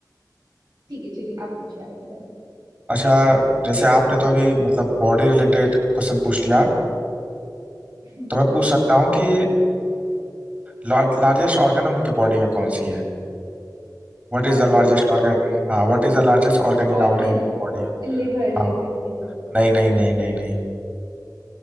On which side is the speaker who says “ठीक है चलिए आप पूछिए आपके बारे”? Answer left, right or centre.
Right